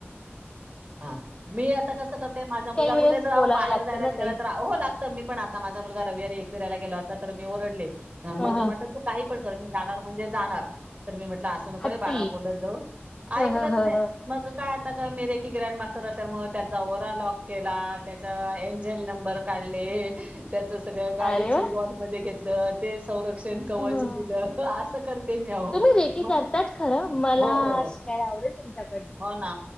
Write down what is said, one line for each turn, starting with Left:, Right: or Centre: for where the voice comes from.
Right: ह. मी आता कसं करते माझा मुलगा कुठे
Left: वेळेस
Right: जर
Left: बोलावं
Right: अहो बाहेर
Left: लागतं
Right: जाय
Left: ना
Right: निघाला
Left: ताई.
Right: तर हो लागत मी पण आता माझा मुलगा रविवारी येईल - फिरायला गेला होता, तर मी ओरडले. मग
Left: हं
Right: तो
Left: हं.
Right: म्हटला, तू काही पण कर, मी जाणार म्हणजे जाणार. तर मी म्हटलं, 'असं नको
Left: हट्टी.
Right: रे बाळा बोलत जाऊ. ' ऐकलच
Left: हं हं हं
Right: नाही,
Left: हं.
Right: मग काय - ता का मी रेकी ग्रँड मास्टर असल्यामुळे त्याचा ओरा लॉक केला त्याच- जेल नंबर काढले. त्याच सगळ्या गाडीची
Left: अरे वाह!
Right: बॉड मध्ये घेतली. तेच. संरक्षण कवच
Left: हं हं हं.
Right: दिलं. अस करते मी अहो,
Left: तुम्ही रेकी
Right: मग
Left: करतात खरं. मला
Right: हो हो.
Left: शिकायला आवडेल तुमच्याकडनं.
Right: हो ना